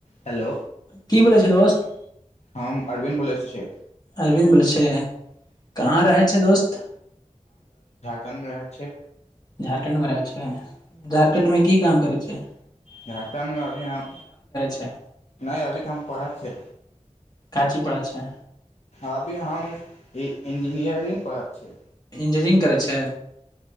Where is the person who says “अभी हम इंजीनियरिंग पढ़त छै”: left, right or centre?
Left